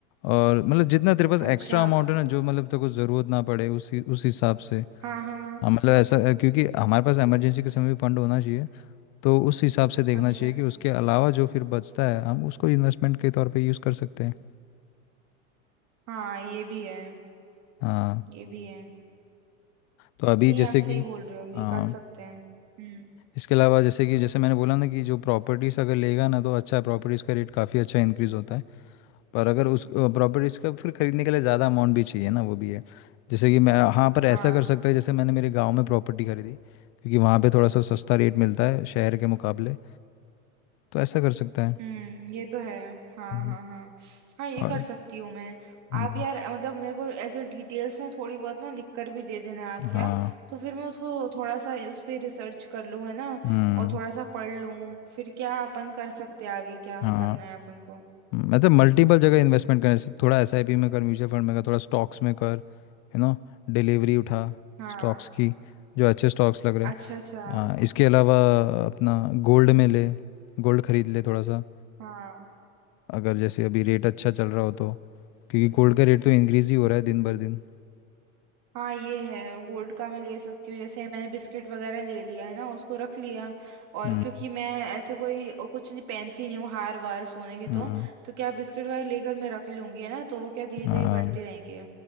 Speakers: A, on the left; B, on the right.
A: और मतलब जितना तेरे पास
B: अच्छा
A: एक्स्ट्रा अमाउंट है ना जो मतलब तेरे को ज़रूरत ना पड़े उसी उस हिसाब से
B: हाँ हाँ हाँ
A: हाँ, मतलब ऐसा है, क्योंकि हमारे पास इमरजेंसी के समय भी फंड होना चाहिए तो उस हिसाब से देखना
B: अच्छा
A: चाहिए कि उसके अलावा जो फिर बचता है हम उसको इन्वेस्टमेंट के तौर पे यूज़ कर सकते हैं
B: हाँ ये भी है
A: हाँ
B: ये भी है
A: तो अभी
B: नहीं
A: जैसे
B: आप
A: कि
B: सही बोल रहे हो
A: हाँ,
B: ये कर सकते हैं हम्म
A: इसके अलावा जैसे कि जैसे मैंने बोला ना कि जो प्रॉपर्टीज़ अगर लेगा ना तो अच्छा है प्रॉपर्टीज़ का रेट काफ़ी अच्छा इंक्रीज़ होता है पर अगर उस प्रॉपर्टीज़ का फिर खरीदने के लिए ज़्यादा अमाउंट भी चाहिए ना वो भी है जैसे कि मैं हाँ पर ऐसा
B: हाँ
A: कर सकता है जैसे मैंने मेरे गांव में प्रॉपर्टी खरीदी क्योंकि वहाँ पे थोड़ा सा सस्ता रेट मिलता है शहर के मुकाबले तो ऐसा कर सकता है
B: हम्म ये तो है हाँ
A: हम्म,
B: हाँ हाँ हाँ ये
A: और
B: कर सकती हूँ मैं
A: हम्म,
B: आप यार मतलब मेरे को ऐसे डिटेल्स ना थोड़ी बहुत ना लिख कर भी दे देना आप क्या
A: हाँ
B: तो फिर मैं उसको थोड़ा सा उस पे रिसर्च कर लूँ है ना
A: हम्म,
B: और थोड़ा सा पढ़ लूँ फिर क्या अपन कर सकते हैं आगे क्या
A: हाँ
B: करना है अपन को
A: मतलब मल्टीपल जगह इन्वेस्टमेंट करने से थोड़ा एसआईपी में कर म्यूचुअल फंड में कर थोड़ा स्टॉक्स में कर यू नो डिलीवरी उठा
B: हाँ
A: स्टॉक्स की जो अच्छे स्टॉक्स लग रहे
B: अच्छा
A: हैं
B: अच्छा
A: हाँ इसके अलावा अपना गोल्ड में ले गोल्ड खरीद ले थोड़ा सा
B: हाँ
A: अगर जैसे अभी रेट अच्छा चल रहा हो तो क्योंकि गोल्ड का रेट तो इंक्रीज ही हो रहा है दिन भर दिन
B: हाँ ये है गोल्ड का मैं ले सकती हूँ जैसे मैंने बिस्किट वगैरह ले लिया है ना उसको रख लिया और
A: हम्म
B: क्योंकि मैं ऐसे कोई अ, कुछ नहीं पहनती नहीं हूँ हार वार सोने के
A: हम्म
B: तो तो क्या बिस्किट वगैरह लेकर मैं रख लूंगी है ना तो वो क्या धीरे
A: हाँ
B: धीरे बढ़ते रहेंगे